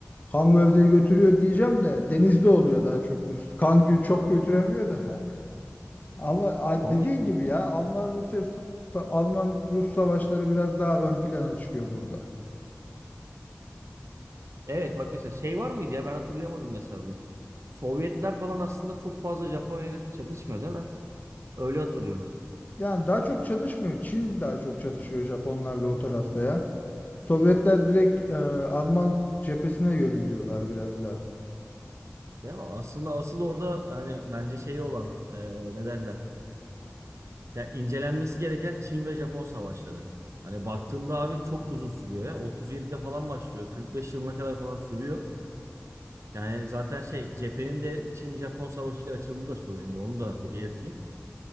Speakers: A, on the left; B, on the right.
A: Kan gövdeyi götürüyor diyeceğim de denizde oluyor daha çok. Bu kan gö- çok götüremiyor da. <laughs> Ama a-
B: Ama
A: dediğin gibi ya Alman Rusya Alman Rus savaşları biraz daha ön plana çıkıyor burada.
B: Evet bak mesela şey var mıydı ya ben hatırlayamadım mesela onu. Sovyetler falan aslında çok fazla Japonya ile çatışmıyor değil mi? Öyle hatırlıyorum.
A: Yani daha çok çatışmıyor. Çin daha çok çatışıyor Japonlarla o tarafta ya. Sovyetler direkt e, Alman cephesine yöneliyorlar biraz daha.
B: Değil mi? Aslında asıl orada yani bence şeyi olan eee ne derler? Ya incelenmesi gereken Çin ve Japon savaşları. Hani baktığında abi çok uzun sürüyor ya. 37'de falan başlıyor. 45 yılına kadar falan sürüyor. Yani zaten şey cephenin de Çin-Japon savaşıyla açıldığı da söyleniyor. Onu da belirteyim.